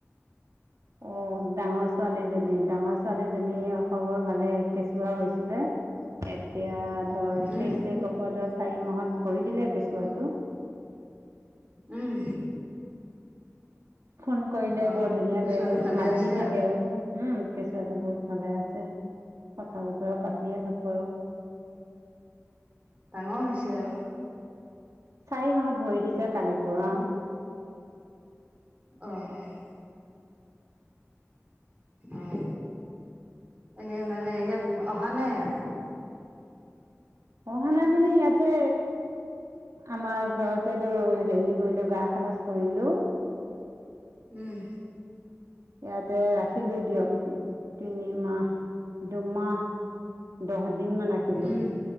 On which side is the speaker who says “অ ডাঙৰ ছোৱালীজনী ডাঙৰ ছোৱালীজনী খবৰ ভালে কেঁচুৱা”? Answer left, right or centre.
Right